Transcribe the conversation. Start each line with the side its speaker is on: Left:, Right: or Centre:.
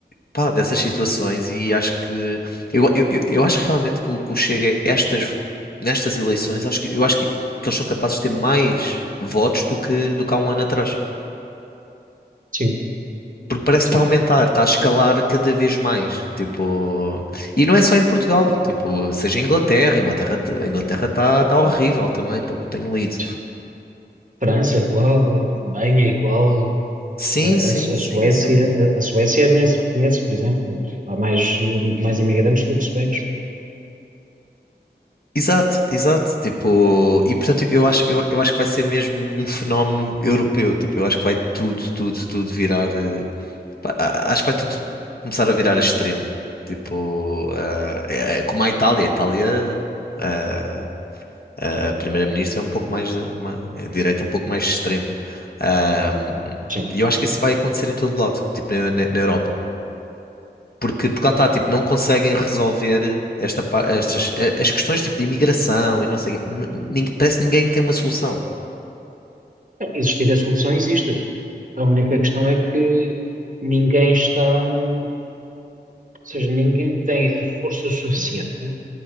Left: pá, dessas situações, e acho que eu, eu, eu eu acho realmente que o, que o Chega, estas, nestas eleições, acho que eu acho que, que eles são capazes de ter mais votos do que, do que há um ano atrás.
Right: Sim,
Left: Porque parece
Right: sim,
Left: que está a aumentar, está a escalar cada vez mais. Tipo, e não é só em Portugal, tipo, seja em Inglaterra, Inglaterra, a Inglaterra está tá horrível também, pelo que eu tenho lido.
Right: sim. França igual, Alemanha igual,
Left: Sim,
Right: A,
Left: sim,
Right: a
Left: sim,
Right: Suécia,
Left: sim.
Right: a, a Suécia nem se reconhece, por exemplo. Há mais, eh, mais imigrantes do que suecos.
Left: Exato, exato. Tipo, e portanto eu acho, eu, eu acho que vai ser mesmo um fenómeno europeu. Tipo, eu acho que vai tudo, tudo, tudo virar. eh, pá, a- acho que vai tudo começar a virar a extremo. Tipo, eh, é- é como a Itália. A Itália eh, A primeira-ministra é um pouco mais de, uma, é de direita é um pouco mais extremo. Ah,
Right: Sim.
Left: E eu acho que isso vai acontecer em todo lado, tipo na, na- na Europa. Porque, porque lá está, tipo, não conseguem resolver esta, pa- estas, eh, as questões tipo de imigração e não sei, o quê. N- ningu- parece que ninguém tem uma solução.
Right: Não, Existir a solução existe. A única questão é que ninguém está, hum, ou seja, ninguém tem a força suficiente